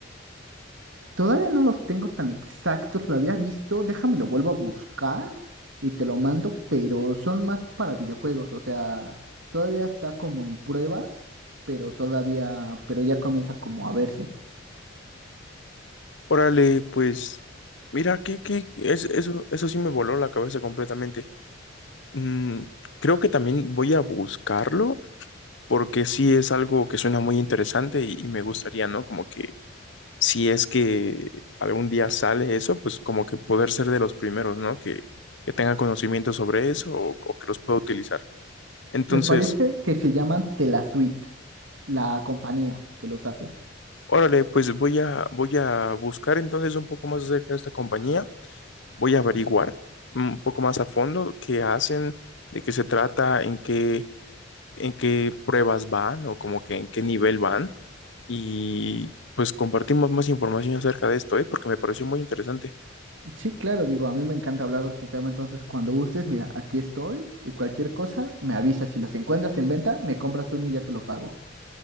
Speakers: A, on the right (about 85°); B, on the left (about 70°).
A: Todavía no los tengo tan exactos, lo había visto, déjame lo vuelvo a buscar y te lo mando, pero son más para videojuegos, o sea, todavía está como en pruebas, pero todavía, pero ya comienza como a verse.
B: Órale, pues, mira, que, que es, eso, eso sí me voló la cabeza completamente. Mm, creo que también voy a buscarlo porque sí es algo que suena muy interesante y, y me gustaría, ¿no? Como que si es que algún día sale eso, pues como que poder ser de los primeros, ¿no? Que, que tenga conocimiento sobre eso o, o que los pueda utilizar. Entonces,
A: Me parece que se llaman Telasuite, la compañía que los hace.
B: órale, pues voy a, voy a buscar entonces un poco más acerca de esta compañía, voy a averiguar un poco más a fondo qué hacen, de qué se trata, en qué en qué pruebas van o como que en qué nivel van. Y pues compartimos más información acerca de esto, ¿eh? Porque me pareció muy interesante.
A: Sí, claro, digo, a mí me encanta hablar de este tema, entonces cuando gustes, mira, aquí estoy y cualquier cosa, me avisas, si los encuentras en venta, me compras uno y ya te lo pago.